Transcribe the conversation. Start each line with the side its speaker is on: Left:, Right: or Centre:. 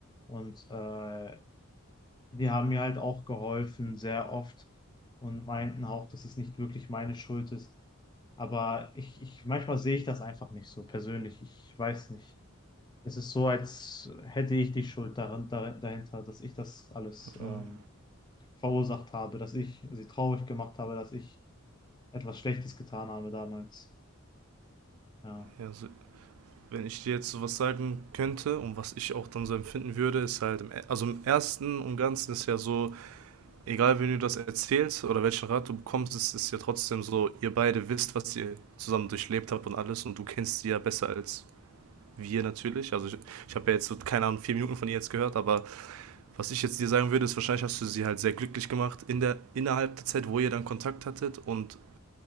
Left: Und äh, die haben mir halt auch geholfen, sehr oft und meinten auch, dass es nicht wirklich meine Schuld ist. Aber ich, ich, manchmal sehe ich das einfach nicht so persönlich. Ich weiß nicht. Es ist so, als hätte ich die Schuld daran, da- dahinter, dass ich das alles ähm,
Right: mhm.
Left: verursacht habe, dass ich sie traurig gemacht habe, dass ich etwas Schlechtes getan habe damals. Ja.
Right: Ja, also, wenn ich dir jetzt sowas sagen könnte und was ich auch dann so empfinden würde, ist halt, im, e, also im Ersten und Ganzen ist ja so, egal wen du das erzählst oder welchen Rat du bekommst, es ist ja trotzdem so, ihr beide wisst, was ihr zusammen durchlebt habt und alles und du kennst sie ja besser als wir natürlich. Also ich, ich habe ja jetzt so, keine Ahnung, vier Minuten von ihr jetzt gehört, aber was ich jetzt dir sagen würde, ist wahrscheinlich hast du sie halt sehr glücklich gemacht in der, innerhalb der Zeit, wo ihr dann Kontakt hattet und